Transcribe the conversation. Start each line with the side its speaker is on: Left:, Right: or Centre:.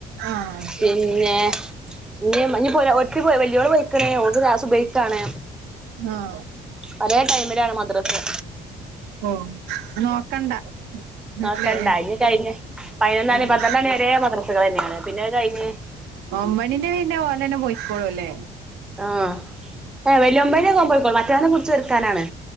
Right: ആഹ്
Centre: പിന്നെ ഇനി ഇനിപ്പോ ഒര് ഒരുത്തി പോയി വെല്യോള് പോയിക്കണ് ഓക്ക് ക്ലാസ്സ് സുബയിക്കാണ്
Right: ആഹ്
Centre: പലേ ടൈമിലാണ് മദ്രസ്സ്
Right: ഓഹ് നോക്കണ്ട ല്ലേ
Centre: നോക്കണ്ട ഇനി കഴിഞ്ഞ് പതിനൊന്നണി
Right: ആഹ്
Centre: പന്ത്രണ്ടണി വരെ മദ്രസകൾ തന്നെയാണ് പിന്നെ അത് കയിഞ്ഞ്
Right: ഒമ്പണീന്റെ പിന്നെ ഓനെന്നെ പൊയ്ക്കോളൂല്ലേ
Centre: ആഹ് ഏഹ് വെല്യോമ്പേന് ഓൻ പൊയ് മറ്റോനെ പിടിച്ച് ഒരുക്കാനാണ്